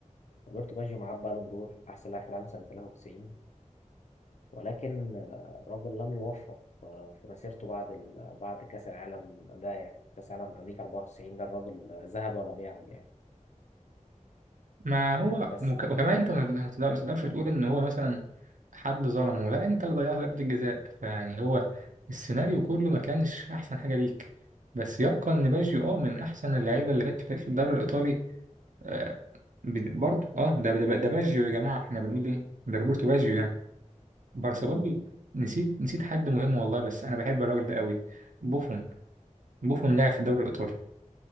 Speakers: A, on the left; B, on the right.
A: روبرتو باجيو معاه بالون دور احسن لاعب في العالم سنه 93 ولكن آه، الراجل لم يوفق آه، في مسيرته بعد ال... بعد كاس العالم ده يعني كاس العالم امريكا 94 ده الراجل آه، ذهب ولم يعد يعني
B: ما
A: آه،
B: هو
A: بس
B: مك... وكمان أنت ما ما تقدر- ما تقدرش تقول إن هو مثلا حد ظلمه لا أنت اللي ضيعت ضربة الجزاء فيعني هو السيناريو كله ما كانش أحسن حاجة ليك بس يبقى إن باجيو أه من أحسن اللعيبة اللي جت في تاريخ الدوري الإيطالي آه، بد- برضه اه ده ده ده باجيو يا جماعه احنا بنقول ايه ده روبرتو باجيو يعني بارسا
A: هو
B: برضه نسيت نسيت حد مهم والله بس انا بحب الراجل ده قوي بوفون بوفون لعب في الدوري الايطالي